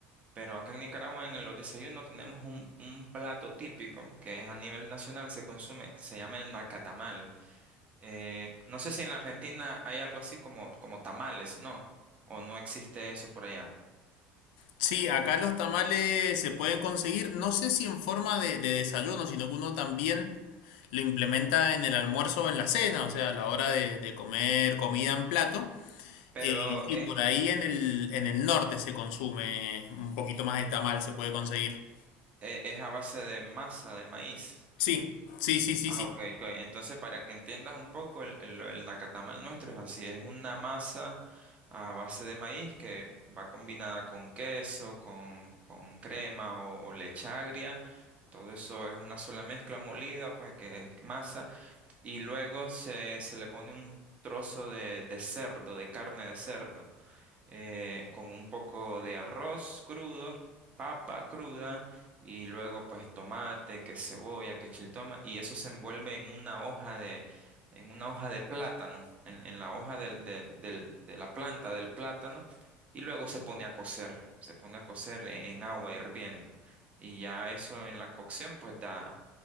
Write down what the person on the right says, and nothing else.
pero acá en Nicaragua en los desayunos tenemos un, un plato típico que es a nivel nacional, se consume, se llama el nacatamal. Eh, no sé si en la Argentina hay algo así como, como tamales, ¿no? O no existe eso por allá.
Pero,
eh,
E- Es a base de masa de maíz.
Ah,
ok, ok. Entonces, para que entiendas un poco, el, el, el nacatamal nuestro es así, es una masa a base de maíz que va combinada con queso, con, con crema o, o leche agria. Todo eso es una sola mezcla molida, pues que es masa. Y luego se, se le pone un trozo de, de cerdo, de carne de cerdo eh, con un poco de arroz crudo, papa cruda y luego pues tomate, que cebolla, que chiltoma y eso se envuelve en una hoja de, en una hoja de plátano, en, en la hoja del, de, del- de la planta del plátano y luego se pone a cocer, se pone a cocer en, en agua hirviendo y ya eso en la cocción pues da...